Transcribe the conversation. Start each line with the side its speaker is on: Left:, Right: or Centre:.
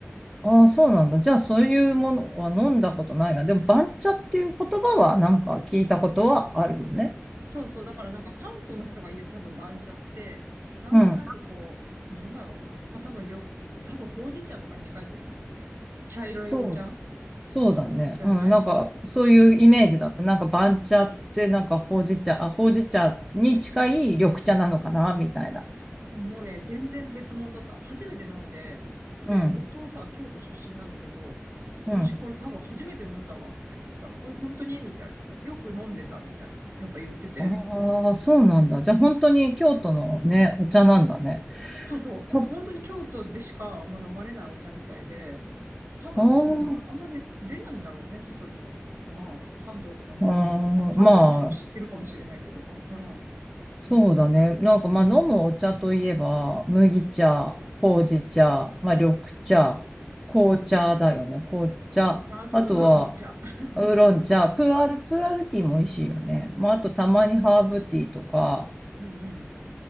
Centre: ああ、そうなんだ。じゃあ、そういうものは飲んだことないな。でも、番茶っていう言葉はなんか聞いたことはあるよね。
Right: そうそう。だからなんか関東の人が言う多分番茶って、なんとなくこう、
Centre: うん。
Right: なんだろうな。まあ多分りょ、多分ほうじ茶とかに近いと思うんだよね。茶色いお茶
Centre: そう。そうだね。
Right: じゃない
Centre: うん。なんか、そういうイメージだった。なんか、番茶ってなんか、ほうじ茶、あ、ほうじ茶に近い緑茶なのかな、みたいな。
Right: もうね、全然別物だった。初めて飲んで、
Centre: うん。
Right: で、夫はさ、京都出身なんだけど、私これ多分初めて飲んだわ、
Centre: うん。
Right: みたいに言ったら、え、本当にみたいな。よく飲んでた、みたいな。やっぱ言ってて。
Centre: ああー、そうなんだ。じゃあ、本当に京都のね、お茶なんだね。
Right: そうそう。
Centre: と、
Right: 本当に京都でしかあんま飲まれないお茶みたいで、多分、
Centre: あー
Right: うん、あんまり出ないんだろうね、外に。まあ、関東とかの方には。
Centre: あー、
Right: か関西の人は知ってるかもしれないけど、
Centre: ま
Right: わからん。
Centre: そうだね。
Right: うん、
Centre: なんかまあ飲むお茶といえば、麦茶、ほうじ茶、まあ緑茶、紅茶だよね。紅茶。
Right: まあ、あと、
Centre: あとは、
Right: ウーロン茶。<laughs>
Centre: ウーロン茶、プーアール、プーアールティーも美味しいよね。まああとたまにハーブティーとか、
Right: まあ、うんうん。